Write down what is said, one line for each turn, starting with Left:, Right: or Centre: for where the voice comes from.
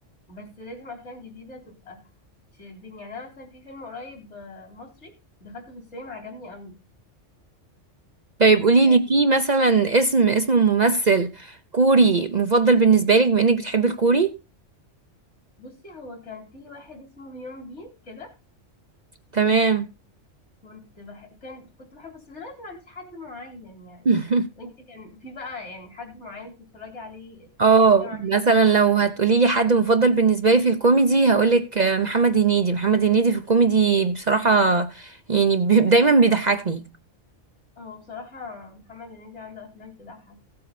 Left: بس لازم افلام جديده تبقى تشدني يعني انا مثلا في فيلم قريب آه، مصري دخلته في السينما عجبني قوي
Right: طيب قولي
Left: كان
Right: لي في مثلا اسم اسم ممثل كوري مفضل بالنسبة لك بما انك بتحبي الكوري
Left: بصي هو كان في واحد اسمه هيون بين كده
Right: تمام
Left: كنت بحب كان كنت بحبه بس دلوقتي ما عنديش حد معين يعني
Right: <laughs>
Left: وانت كان في بقى يعني حد معين تتفرجي عليه
Right: اه
Left: آه، الافلام عشان
Right: مثلا لو هتقولي لي حد مفضل بالنسبه لي في الكوميدي هقولك آه، محمد هنيدي محمد هنيدي في الكوميدي بصراحه يعني بي- دايما بيضحكني
Left: هو بصراحة محمد هنيدي عنده افلام تضحك